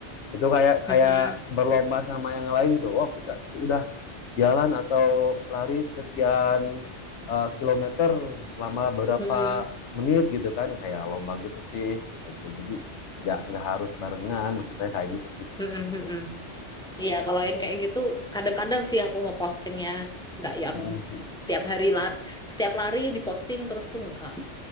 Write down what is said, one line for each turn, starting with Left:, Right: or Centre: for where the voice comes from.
Left: Itu kayak kayak
Centre: Mm-mm.
Left: berlomba sama yang lain gitu. Oh, kita udah jalan atau lari sekian eh, kilometer selama berapa
Centre: Mm-mm.
Left: menit gitu kan kayak lomba gitu sih gitu jadi nggak nggak harus barengan maksud saya kayak gitu sih
Centre: Mm-mm. Mm-mm. Iya, kalau yang kayak gitu kadang-kadang sih aku ngepostingnya nggak yang
Left: Mhm.
Centre: tiap hari lari, setiap lari diposting terus tuh enggak.